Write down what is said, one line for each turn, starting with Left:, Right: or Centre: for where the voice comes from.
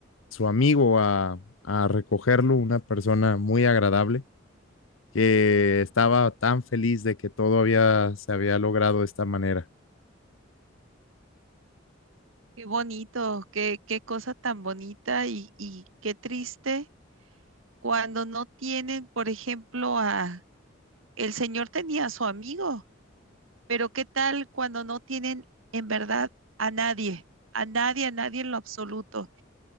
Left: su amigo a, a recogerlo, una persona muy agradable que estaba tan feliz de que todo había, se había logrado de esta manera.
Right: Qué bonito, qué, qué cosa tan bonita y, y qué triste cuando no tienen, por ejemplo, a el señor tenía a su amigo, pero qué tal cuando no tienen en verdad a nadie, a nadie, a nadie en lo absoluto.